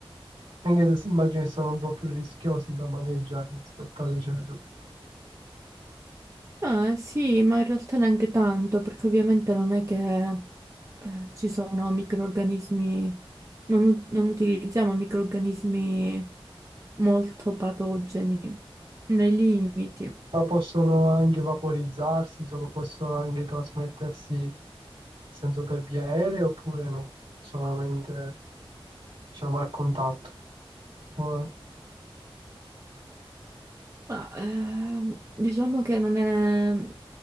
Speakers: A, on the right; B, on the right.
A: Anche se immagino che sono un po' più rischiosi da maneggiare rispetto alle cellule.
B: Ah, sì, ma in realtà neanche tanto, perché ovviamente non è che eh, ci sono microrganismi, non, u- non utilizziamo microrganismi molto patogeni, nei limiti.
A: ma possono anche vaporizzarsi, insomma, possono anche trasmettersi in senso per via aerea oppure no, solamente diciamo al contatto. Ora,
B: Ma ehm, diciamo che non è...